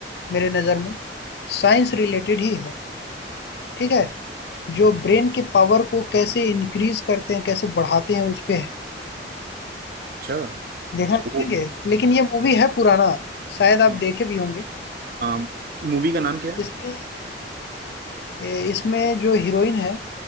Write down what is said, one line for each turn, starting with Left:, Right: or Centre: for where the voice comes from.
Left: मेरे नजर में साइंस रिलेटेड ही है ठीक है जो ब्रेन के पावर को कैसे इंक्रीज करते हैं कैसे बढ़ाते हैं उस पे है
Right: अच्छा
Left: देखना चाहेंगे
Right: वो-
Left: लेकिन ये मूवी है पुराना शायद आप
Right: हाँ
Left: देखे भी होंगे
Right: हाँ मूवी का नाम क्या है
Left: इसमें ए, इसमें जो हीरोइन है